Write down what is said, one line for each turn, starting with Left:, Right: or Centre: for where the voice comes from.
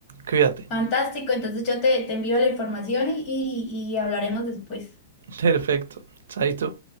Right: Cuídate.
Left: Fantástico, entonces yo te, te envío la información y, y y hablaremos después.
Right: Perfecto. Chaito.